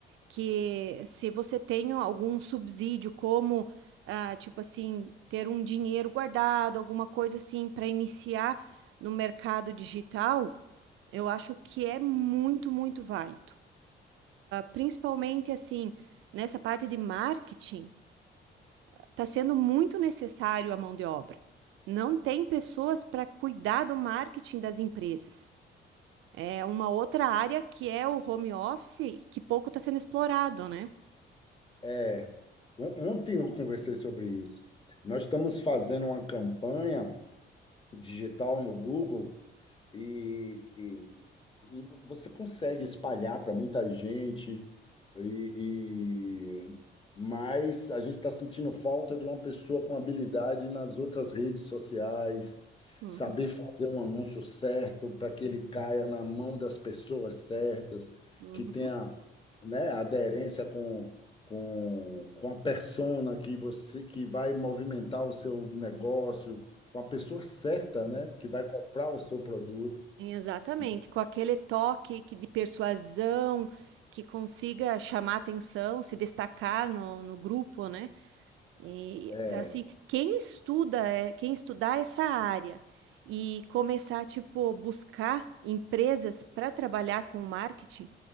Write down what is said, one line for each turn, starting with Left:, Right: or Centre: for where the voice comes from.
Right: que se você tem algum subsídio, como, ah, tipo assim, ter um dinheiro guardado, alguma coisa assim, para iniciar no mercado digital, eu acho que é muito, muito válido. principalmente assim, nessa parte de marketing, está sendo muito necessário a mão de obra. Não tem pessoas para cuidar do marketing das empresas. É uma outra área que é o home office, que pouco está sendo explorado, né?
Left: é, on- ontem eu conversei sobre isso. Nós estamos fazendo uma campanha digital no Google E, e, e você consegue espalhar para muita gente, e, e- mas a gente está sentindo falta de uma pessoa com habilidade nas outras redes sociais,
Right: Uhum,
Left: saber fazer um anúncio certo para que ele
Right: uhum,
Left: caia na mão das pessoas certas,
Right: uhum.
Left: que tenha, né, aderência com, com, com a persona que você que vai movimentar o seu negócio com a pessoa certa,
Right: Isso.
Left: né? Que vai comprar o seu produto.
Right: Exatamente,
Left: E-
Right: com aquele toque que- de persuasão que consiga chamar atenção, se destacar no, no grupo, né? E,
Left: É,
Right: assim, quem estuda, é- quem estudar essa área e começar, tipo, buscar empresas para trabalhar com marketing,